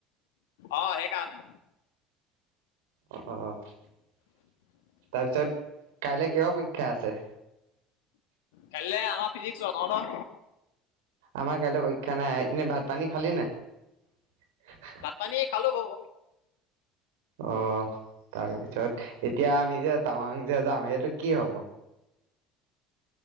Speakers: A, on the left; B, on the right.
A: অ সেই কাৰনে।
B: অ তাৰপিছত কাইলে কিহ পৰীক্ষা আছে।
A: কাইলে আমা ফিজিকছ তহঁতৰ।
B: আমাৰ কাইলৈ পৰীক্ষা নাই এনে ভাত পানী খালি নাই।
A: ভাত পানীয়ে খালো বাও।
B: অ তাৰপিছত এতিয়া আমি যে তামাং যে যাম সেইটো কি হব।